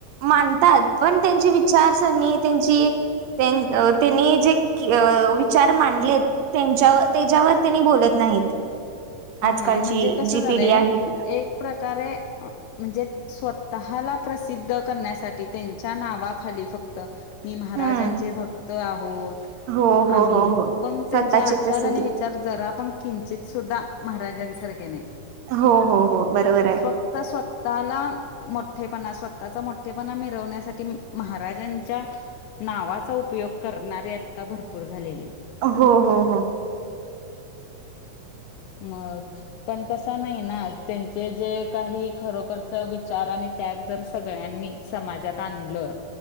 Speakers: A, on the right (about 85°); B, on the left (about 85°).
A: मानतात पण त्यांची विचारसरणी त्यांची त्यांनी जे विचार मांडलेत त्यांच्या त्याच्यावर त्यांनी बोलत नाहीत
B: हा
A: आजकालची
B: म्हणजे कसं
A: जी
B: झालंय
A: पिढी आहे ती
B: एक प्रकारे म्हणजे स्वतःला प्रसिद्ध करण्यासाठी त्यांच्या नावाखाली फक्त मी महाराजांचे
A: हम्म
B: भक्त आहोत
A: हो हो
B: आम्ही
A: हो हो
B: पण
A: स्वतःची
B: त्यांचे आचार
A: प्रसिद्धी
B: आणि विचार जरा पण किंचित सुद्धा महारासारख्या नाही
A: हो हो हो बरोबर आहे
B: फक्त स्वतःला मोठेपणा स्वतःचा मोठेपणा मिरवण्यासाठी महाराजां चा उपयोग करणारे आता भरपूर झालेले
A: हो हो
B: मगग पण तस नाही ना त्यांचे जे काही खरोखरच विचार आणि त्याग जर सगळ्यांनी समाजात आणलं